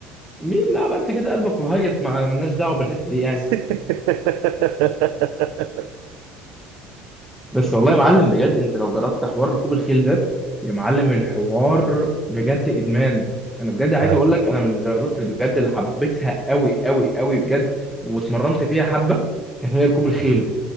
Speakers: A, in the centre; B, on the right.
A: مين لا ما انت كده قلبك رهيف مع مالناش دعوه بالحته دي يعني
B: <laughs>
A: بس والله يا معلم بجد انت لو جربت حوار ركوب الخيل ده يا معلم الحوار بجد ادمان انا بجد عايز
B: فاهمك
A: اقول لك انا من الرياضات اللي بجد اللي حبيتها قوي قوي قوي بجد واتمرنت فيها حبه كانت هي ركوب الخيل
B: فاهم